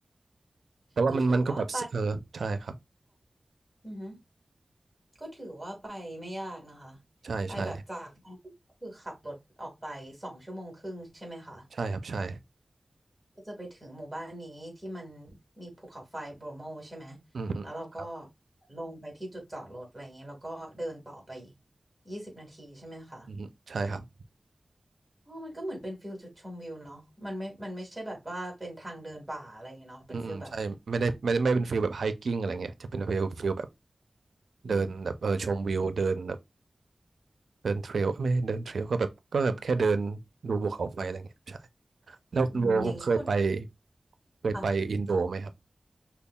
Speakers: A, on the right (about 85°); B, in the centre.
A: แต่ว่ามันมันก็แบบเออใช่ครับ
B: ก็ถือว่าไป อือฮึก็ถือว่าไปไม่ยากนะคะ
A: ใช่ใช่
B: ไปแบบจากก็คือขับรถออกไปสองชั่วโมงครึ่งใช่ไหมคะ
A: ใช่ครับใช่
B: ก็จะไปถึงหมู่บ้านนี้ที่มันมีภูเขาไฟโบรโมใช่ไหม
A: อืมอืมครับ
B: แล้วเราก็ลงไปที่จุดจอดรถอะไรอย่างเงี้ยแล้วก็เดินต่อไปยี่สิบนาทีใช่ไหมคะ
A: อืมอืมใช่ครับ
B: อ๋อมันก็เหมือนเป็นฟิลจุดชมวิวเนาะมันไม่มันไม่ใช่แบบว่าเป็นทางเดินป่าอะไรอย่างเงี้ยเนาะเป็นฟิลแบบ
A: อืมอืมใช่ไม่ได้ไม่ได้ไม่เป็นฟิลแบบไฮกิ้งอะไรเงี้ยจะเป็นฟิลฟิลแบบ
B: อืม
A: เดินแบบเออชมวิวเดินแบบ เดินเทรลเไม่เดินเทรลก็แบบก็แบบแค่เดินดูภูเขาไฟอะไรเงี้ยใช่แล้วคุณโบเคยไป
B: อืมอย่างนี้คน
A: เคยไปอินโดไหมครับ
B: ค่ะ